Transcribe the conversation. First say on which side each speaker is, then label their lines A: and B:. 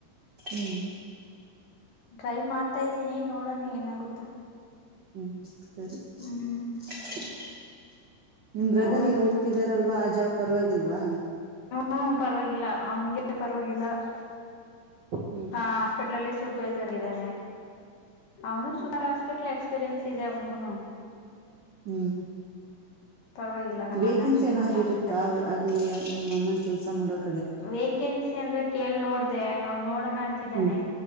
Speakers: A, on the right (about 65°); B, on the left (about 70°).
A: ಹ್ಮ್.. <inaudible>
B: ಡ್ರೈವ್ ಮಾಡ್ತಾ್ದೀನಿ ನೋಡೋಣ ಏನಾಗುತ್ತ. <unintelligible>
A: ಹ್ಮ್್ಮ.. <inaudible> ಸರಿ..
B: ಹ್ಮ್
A: <inaudible> ನಿಮ್ ಬ್ರದರ್
B: ನೋಡೋಣ
A: ಈಗ್ ಹೋಗ್ತಿದಾರಲ್ವಾ ಆ ಜಾಬ್ ಪರವಾಗಿಲ್.. <unintelligible> ಬಾ.. <inaudible>
B: ಹ್ಮ್ ಪರವಾಗಿಿಲ್ಲ ಅವನ್ಗೆ ಪರವಾಗಿಿಲ್ಲ.. <inaudible>
A: ಹ್ಮ್
B: ಹಾ ಹಾಸ್ಪಿಟಲಲ್ಲಿ.. <inaudible> ಸೂಪ್ರೈಜರಗಿದ್ದಾನೆ... <unintelligible> ಹನು ಶುಗಾರಷ್ಟ.. <inaudible> ಹಾಸ್ಪಿಟ್ಲ್ ಎಕ್ಸ್ಪೀರಿಯನ್ಸ್ ಇದೆ ಅವನ್ಗೂನು... <unintelligible>
A: ಹ್ಮ್
B: ಪರವಾಗಿಲ್ಲ ನಮ್ಮ
A: ವೇಕೆನ್ಸಿ
B: ಅಣ್ಣನ್ ಚೆನ್ನಾಗ್
A: ಏನಾದ್ರರು
B: ಮಾಡ್ತಿದ್ದಾರೆ
A: ಇರುತ್ತಾ ಅವ್ರ ಅಲ್ಲಿಯ ನಿಮ್ಮನ್ನ ಕೆಲ್ಸ ಮಾಡೋಕ್.. <unintelligible>
B: ವೇಕೆನ್ಸಿ ಅಂದ್ರೆ ಕೇಳ ನೋಡ.. <unintelligible> ್ ನೋಡ.. <inaudible> ನ ಅಂತಿದ್ದಾನೆ..
A: ಹ್ಮ್